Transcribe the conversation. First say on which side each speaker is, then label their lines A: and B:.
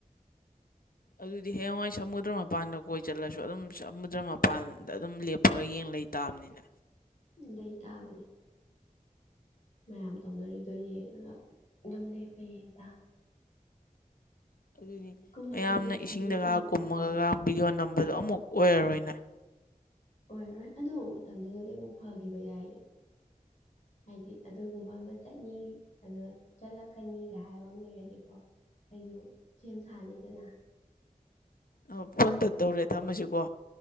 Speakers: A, on the left (about 80°); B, on the left (about 55°).
A: ꯑꯗꯨꯗꯤ ꯍꯌꯦꯡꯋꯥꯏ ꯁꯃꯨꯗ꯭ꯔ ꯃꯄꯥꯟꯗ ꯀꯣꯏ ꯆꯠꯂꯁꯨ ꯑꯗꯨꯝ ꯁꯃꯨꯗ꯭ꯔ ꯃꯄꯥꯟꯗ ꯑꯗꯨꯝ ꯂꯦꯞꯄꯒ ꯌꯦꯡ ꯂꯩ ꯇꯥꯕꯅꯤꯅꯦ
B: ꯂꯩꯇꯥꯥꯕꯅꯦ ꯃꯌꯥꯝ ꯇꯧꯅꯔꯤꯗꯣ ꯌꯦꯡꯉꯥꯒ ꯑꯗꯨꯝ ꯂꯦꯞꯄ ꯌꯦꯡ ꯂꯩꯇꯥꯃꯤ
A: ꯑꯗꯨꯗꯤ
B: ꯀꯨꯝꯁꯨ
A: ꯃꯌꯥꯝꯅ
B: ꯀꯨꯝꯅꯤꯡ ꯀꯤꯁꯨ
A: ꯏꯁꯤꯡꯗꯒꯥ
B: ꯀꯤ ꯇꯧꯗꯣꯏꯅꯦꯕ
A: ꯀꯨꯝꯃꯒꯒ ꯚꯤꯗꯤꯑꯣ ꯅꯝꯕꯗꯣ ꯑꯃꯨꯛ ꯑꯣꯏꯔꯔꯣꯏ ꯅꯪ
B: ꯑꯣꯏꯔꯔꯣꯏ ꯑꯗꯣ ꯃꯇꯝꯗꯨꯗꯗꯤ ꯑꯃꯨꯛ ꯐꯒꯤꯕ ꯌꯥꯏꯌꯦ ꯍꯥꯏꯗꯤ ꯑꯗꯨꯒꯨꯝꯕ ꯑꯃ ꯆꯠꯅꯤ ꯑꯗꯨꯒ ꯆꯠꯂꯛꯀꯅꯤꯒ ꯍꯥꯏꯕ ꯑꯃ ꯂꯩꯔꯗꯤꯀꯣ ꯑꯩꯖꯨ ꯁꯦꯝ ꯁꯥꯅꯤꯗꯅ
A: ꯑꯥꯎ ꯐꯣꯟ ꯇꯠꯇꯧꯔꯦ ꯊꯝꯃꯁꯤꯀꯣ